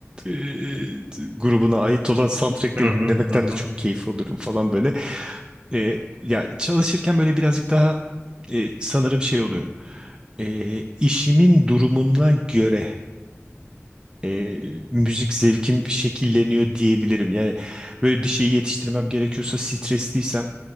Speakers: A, on the right; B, on the right.
A: e, grubuna ait olan soundtrackleri
B: Hı hı
A: dinlemekten
B: hı. hı.
A: de çok keyif olurum falan böyle. E, ya çalışırken böyle birazcık daha e, sanırım şey oluyor. E, işimin durumuna göre e, müzik zevkim şekilleniyor diyebilirim. Yani böyle bir şeyi yetiştirmem gerekiyorsa stresliysem